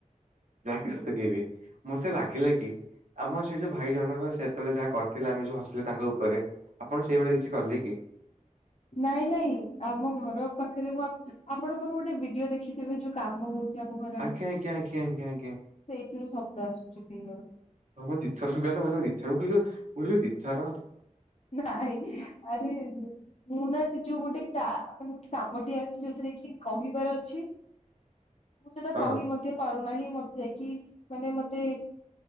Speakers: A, on the right (about 70°); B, on the left (about 55°).
A: ଯାହାକି ସତଗେଇବି ମତେ ଲାଗିଲା କି ଆମ ସେ ଯୋଉ ଭାଇ ଜଣଙ୍କ ସେ ଯେତେବେଳେ ଯାହା କରିଥିଲେ ଆମେ ଯୋଉ ହସିଲେ ତାଙ୍କ ଉପରେ ଆପଣ ସେଇଭଳି କିଛି କଲେ କି?
B: ନାଇଁ ନାଇଁ ଆମ ଘର ପାଖରେ ମୁଁ ଆପଣ ମୋର ଗୋଟେ ଭିଡିଓ ଦେଖିଥିବେ ଯୋଉ କାମ ହଉଛି। ଆମ ଘର ଆଡେ
A: ଆଜ୍ଞା ଆଜ୍ଞା ଆଜ୍ଞା ଆଜ୍ଞା।
B: ସେଇଥିରୁ ଶବ୍ଦ ଆସୁଛି ସେଇଭଳୁ।
A: <unintelligible> ମୁ କହିଲି ଦିଥର।
B: ନାଇଁ ଆରେ ମୁଁ ନା ସେ ଯୋଉ ଗୋଟେ ମାନେ ଗୋଟେ କାମଟି ଆସି ଯୋଉଥିରେ କି କହିବାର ଅଛି ମୁଁ ସେଟା
A: ହଁ
B: କହି ମଧ୍ୟ ପାରୁନାହିଁ ମତେ ଯାଇକି ମାନେ ମତେ